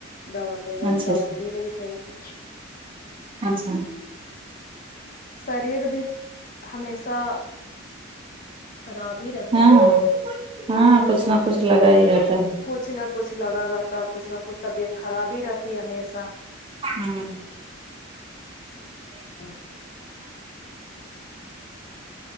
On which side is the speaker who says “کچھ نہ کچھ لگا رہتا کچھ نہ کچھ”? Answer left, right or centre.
Left